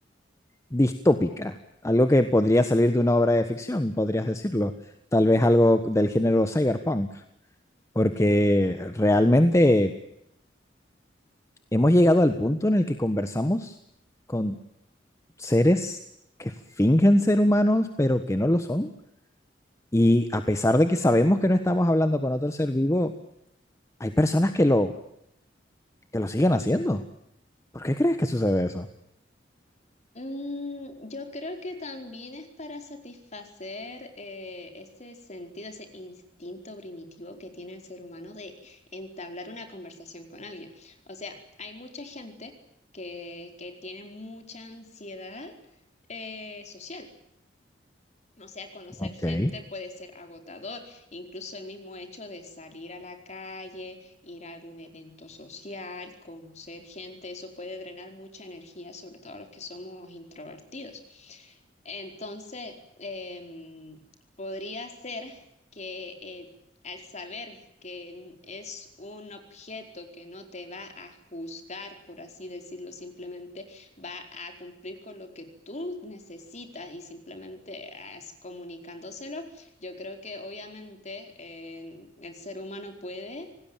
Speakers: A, on the left (about 15°); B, on the left (about 40°).
A: distópica, algo que podría salir de una obra de ficción, podrías decirlo, tal vez algo del género cyberpunk, porque
B: Claro.
A: realmente hemos llegado al punto en el que conversamos con seres que fingen ser humanos, pero que no lo son, y a pesar de que sabemos que no estamos hablando con otro ser vivo, hay personas que lo, que lo siguen haciendo. ¿Por qué crees que sucede eso?
B: Mm, yo creo que también es para satisfacer eh, ese sentido, ese instinto primitivo que tiene el ser humano de entablar una conversación con alguien. O sea, hay mucha gente que, que tiene mucha ansiedad eh, social. O sea, conocer
A: Ok.
B: gente puede ser agotador, incluso el mismo hecho de salir a la calle, ir a algún evento social, conocer gente, eso puede drenar mucha energía, sobre todo a los que somos introvertidos. Entonces, em, podría ser que eh, al saber que n- es un objeto que no te va a juzgar, por así decirlo, simplemente va a cumplir con lo que tú necesitas y simplemente es comunicándoselo. Yo creo que obviamente eh, el ser humano puede